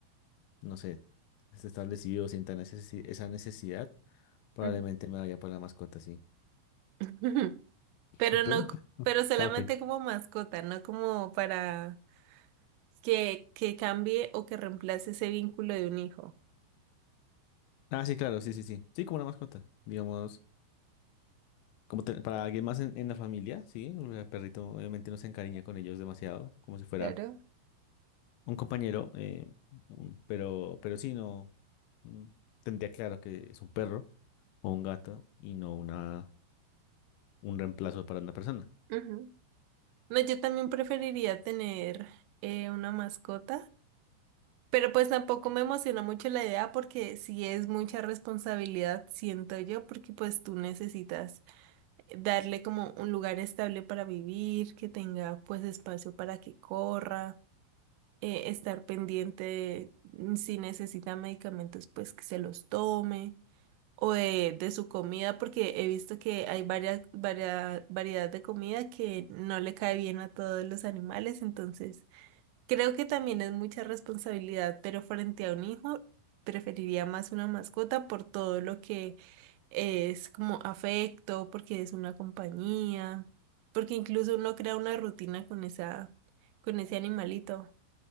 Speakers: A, on the left; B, on the right.
A: no sé, esté establecido, sienta necesi- esa necesidad, probablemente
B: Ujú.
A: me vaya para la mascota, sí.
B: <laughs> Pero
A: ¿Y tú?
B: no,
A: <laughs>
B: c- pero solamente
A: Ah, ok.
B: como mascota, no como para que, que cambie o que reemplace ese vínculo de un hijo.
A: Ah, sí, claro, sí, sí, sí. Sí, como una mascota. Digamos, como te- para alguien más en, en la familia, sí. El perrito obviamente no se encariña con ellos demasiado, como si fuera
B: Claro.
A: un compañero. eh, un- pero, pero sí, no. mm, Tendría claro que es un perro o un gato y no una, un reemplazo para una persona.
B: Ujú. No, yo también preferiría tener eh, una mascota, pero pues tampoco me emociona mucho la idea porque sí es mucha responsabilidad, siento yo, porque pues tú necesitas darle como un lugar estable para vivir, que tenga pues espacio para que corra, eh, estar pendiente mm, si necesita medicamentos pues que se los tome o de, de su comida porque he visto que hay varias, varias variedad de comida que no le cae bien a todos los animales, entonces Creo que también es mucha responsabilidad, pero frente a un hijo preferiría más una mascota por todo lo que es como afecto, porque es una compañía, porque incluso uno crea una rutina con esa, con ese animalito.